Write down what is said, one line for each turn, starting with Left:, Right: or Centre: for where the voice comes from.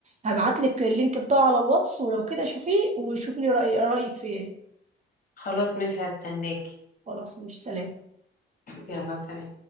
Right: هبعت لك اللينك بتاعه على الواتس ولو كده شوفيه وشوفي لي رأي رأيك فيه ايه
Left: وخلاص مش هستناكي
Right: خلاص مش سلام
Left: يلا سلام